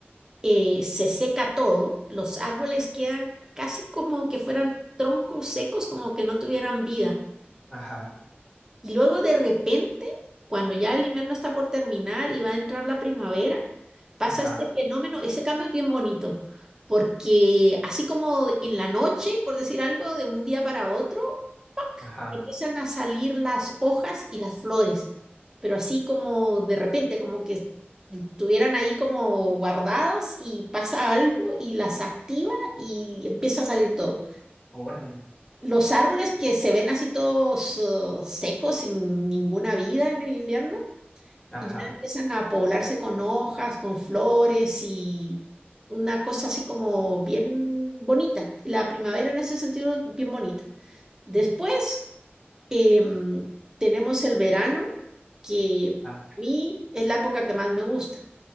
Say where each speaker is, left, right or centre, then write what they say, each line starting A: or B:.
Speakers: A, on the right; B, on the left.
A: eh, se seca todo, los árboles quedan casi como que fueran troncos secos, como que no tuvieran vida.
B: ajá,
A: Y luego de repente, cuando ya el invierno está por terminar y va a entrar la primavera, pasa
B: ajá,
A: este fenómeno, ese cambio es bien bonito, porque así como de- en la noche, por decir algo, de un día para otro, ¡pac!
B: ajá.
A: empiezan a salir las hojas y las flores, pero así como de repente, como que estuvieran ahí como guardadas y pasa algo y las activa y empieza a salir todo.
B: Órale.
A: Los árboles que se ven así todos uh, secos, sin ninguna vida en el invierno,
B: Ajá,
A: y ya empiezan a poblarse con hojas, con flores y una cosa así como bien bonita. La primavera en ese sentido es bien bonita. Después em, tenemos el verano, que
B: ajá.
A: a mí es la época que más me gusta.